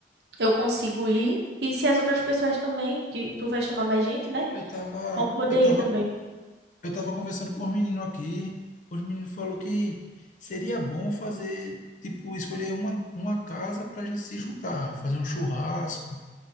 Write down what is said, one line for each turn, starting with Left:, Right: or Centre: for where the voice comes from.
Right: eu consigo ir. E se as outras pessoas também, que tu vai chamar mais gente, né?
Left: Eu tava,
Right: Vão poder
Left: eu tava,
Right: ir também.
Left: eu tava conversando com os meninos aqui. Os meninos falou que seria bom fazer, tipo, escolher uma, uma casa para a gente se juntar, fazer um churrasco.